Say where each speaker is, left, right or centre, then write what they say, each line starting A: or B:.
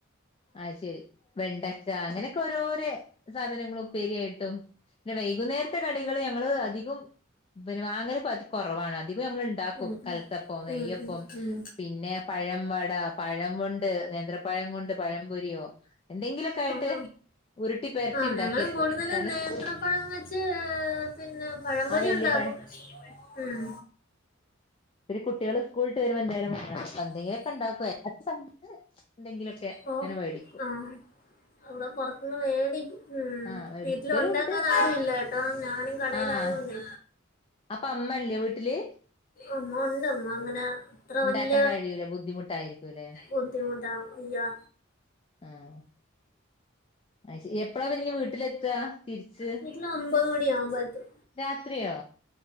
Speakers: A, on the left; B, on the left.
A: ആഹ് ശരി. വെണ്ടക്ക, അങ്ങനെയൊക്കെ ഓരോരോ സാധനങ്ങളും ഉം പേരിയായിട്ടും. പിന്നെ വൈകുന്നേരത്തെ കടികള്- ഞങ്ങള് അധികം പി വങ്ങനെ പ- കുറവാണ്, അതിവ നമ്മൾ ഉണ്ടാക്കും
B: ഉം
A: കലത്തപ്പം, നെയ്യപ്പം,
B: ഉം ഉം ഉം
A: പിന്നെ പഴം. ടാ പഴം കൊണ്ട് നേന്ത്രപ്പഴം കൊണ്ട്- പഴംപൊരിയോ എന്തെങ്കിലൊക്കെ ആയിട്ട്.
B: ആഹ്
A: ഉരുട്ടി പെരട്ടി
B: ആഹ്
A: ഉണ്ടാക്കി
B: ഞങ്ങളും
A: വെക്കും
B: കൂടുതലും,
A: കാരണം
B: നേ-
A: സ്കൂൾ
B: ന്ത്രപ്പഴം വെച്ച് പിന്നെ, പഴംപൊരി
A: ആഹ് വല്യ
B: ഉണ്ടാകും,
A: പഴം
B: ഉം.
A: ഇ കുട്ടികള് സ്കൂലിട്ട് വരുമ്പോ- എന്തായാലും വണം ആഹാ, എന്തെങ്കിലൊക്കെണ്ട സമയത്ത്. എന്തെങ്കിലുമൊക്കെ
B: ഓ
A: അങ്ങനെ മേടിക്കൂ.
B: ആഹ് അവിടെ പുറത്തുന്ന് മേടിക്കും, ഉം
A: ആഹ് വേടിക്കലുണ്ട്
B: വീട്ടിൽ ഉണ്ടാക്കാൻ ആരുല്ല ട്ടോ, ഞാൻ. കടയിലായതു
A: ആഹ്
B: കൊണ്ട്
A: അപ്പൊ അമ്മ ഇല്ലേ വീട്ടില്
B: അമ്മ ഉണ്ട് അമ്മ അങ്ങനെ അത്ര
A: ഇണ്ടാക്കാൻ
B: വല്യ
A: കഴിയൂല ബുദ്ധിമുട്ടായിരിക്കൂല്ലേ
B: ബുദ്ധിമുട്ടാ വയ്യാ
A: ആഹ് അത് ശരി എപ്പളാ പിന്നെ ഇയ്യ് വീട്ടിലെത്താ തിരിച്ച്
B: വീട്ടില് ഒമ്പത് മണിയ ആകുമ്പ എത്തും
A: രാത്രിയോ